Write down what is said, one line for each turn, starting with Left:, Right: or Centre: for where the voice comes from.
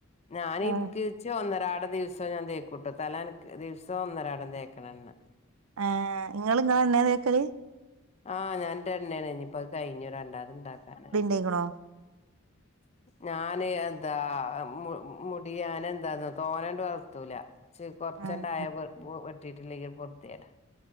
Left: ഞാൻ
Right: ഏഹ്
Left: എനിക്ക് ഇച്ച് ഒന്നരാടം ദിവസം ഞാൻ തേക്കൂട്ടോ തല നനക്ക് ദിവസവും ഒന്നരാടം തേക്കണം എണ്ണ
Right: ഏ നിങ്ങള് ഇങ്ങളെ എണ്ണ തേക്കല്
Left: ആഹ് ഞാൻ ഇന്റെ എണ്ണാണ് ഇനിപ്പത് കഴിഞ്ഞ് രണ്ടാമത് ഇണ്ടാക്കാന് ആയിന്
Right: ആയ്ക്ക്ണോ
Left: ഞാന് എന്താ മു മുടി യാന് എന്താന്നെ തോന്നേണ്ട് വളർത്തൂല ച്ച് കൊറച്ചെണ്ടായ
Right: ആഹ്
Left: വെട്ടിട്ടില്ലെങ്കിൽ പൊർത്തേടാ